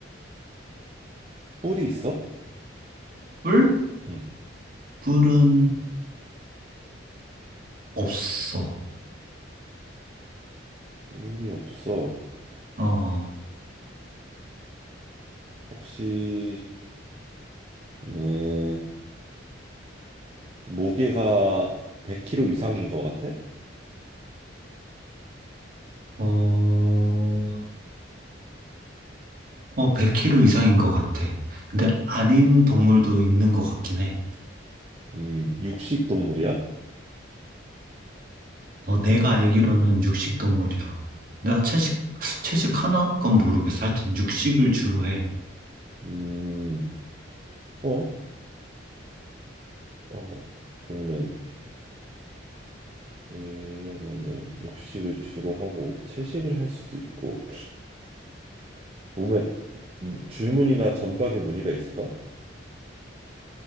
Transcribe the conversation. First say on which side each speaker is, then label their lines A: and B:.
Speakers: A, on the right (about 30°); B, on the right (about 45°).
A: 뿔이 있어?
B: 뿔?
A: 응.
B: 뿔은 없어.
A: 뿔이 없어.
B: 어. 어.
A: 혹시 음, 무게가 100kg 이상인 것 같아?
B: 어, 어, 100kg 이상인 것 같아. 근데 아닌 동물도 있는 것 같긴 해.
A: 음, 육식 동물이야?
B: 어, 내가 알기로는 육식 동물이야. 나 채식, 채식 하나? 그건 모르겠어. 하여튼 육식을 주로 해.
A: 음, 어? 어. 그러면은 그러면은 육식을 주로 하고 채식을 할 수도 있고 몸에 무- 줄무늬나 점박이 무늬가 있을까?